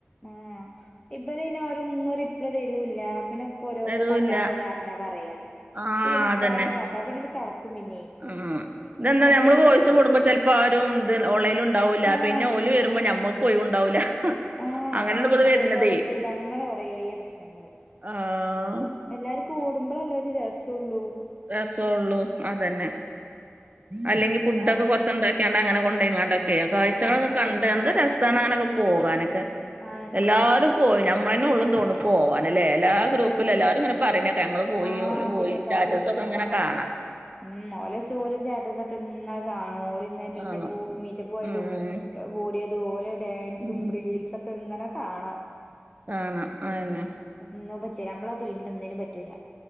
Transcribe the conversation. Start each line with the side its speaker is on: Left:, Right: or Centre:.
Left: ഏഹ് ഇബലയന്ന ആരും റിപ് തരുല്ല പിന്നെക്ക് ഓരോരോ
Right: തരൂല്ല
Left: പറ്റാത്ത കാരണ പറയാ
Right: ആഹ്
Left: പിന്നത്ത
Right: അതന്നെ
Left: <unintelligible> ചടക്കും പിന്നെ.
Right: ഉം ഇതെന്താ
Left: അതാണ്
Right: നമ്മള് വോയിസ്
Left: പ്രശ്നം
Right: കൂടുമ്പോ ചെലപ്പോ ആരും ഇത് ഒൺലിയിൻ ഉണ്ടാവൂല്ല
Left: ആഹ്
Right: പിന്നെ ഓല് വരുമ്പോ ഞമ്മക്ക് ഒഴിവുണ്ടാവൂല്ല.
Left: ആഹ്
Right: അങ്ങനെയാണ്
Left: അപ്പൊ അയിന്
Right: ഇപ്പത്
Left: റിപ്പളേടുക്കാൻ
Right: വരുന്നതേ
Left: പറ്റൂല അങ്ങനെ കൊറെ പ്രശ്നങ്ങള്
Right: ആഹ്
Left: എല്ലാരും കൂടുമ്പളല്ലേ ഒരു രസള്ളൂ.
Right: രസള്ളു അതന്നെ അല്ലെങ്കി ഫുഡക്കെ
Left: ആഹ്
Right: കൊറച്ചണ്ടാക്കി കാണ്ട് അങ്ങനെ കൊണ്ടയ്കാണ്ടൊക്കെയെ കാഴ്ചകളൊക്കെ
Left: ആഹ് അങ്ങനൊക്കെ
Right: കണ്ട് ണ്ട് എന്ത് രസാണ് അങ്ങനൊക്കെ പോകാനൊക്കെ
Left: ആയെന്നെ
Right: എല്ലാരും പോയി നമ്മളന്നെ ഉള്ളു തോണു പോവാനല്ലേ, എല്ലാ ഗ്രൂപ്പിലും എല്ലാരുംങ്ങനെ പറനേക ഞങ്ങള് പോയി
Left: ആഹ്
Right: ഓല് പോയി
Left: പിന്നെത്താവു
Right: സ്റ്റാറ്റസൊക്കെ
Left: ആഹ്
Right: ഇങ്ങനെ കാണാം
Left: ഉം ഓലസ് സ്റ്റോറി സ്റ്റാറ്റസക്കെ ഇങ്ങനെ കണും ഓല്ങ്ങനെ മീറ്റപ്പ
Right: കാണും
Left: മീറ്റപ്പോയതും
Right: ഉം
Left: കൂടിയതുപോലെ ഡാൻസും
Right: ഉം
Left: റീൽസൊക്കെ ഇങ്ങനെ കാണാം
Right: കാണാം അതന്നെ.
Left: ഒന്നു പറ്റൂല നമ്മളെ ടീമിനെ ഒന്നിനും പറ്റൂലാ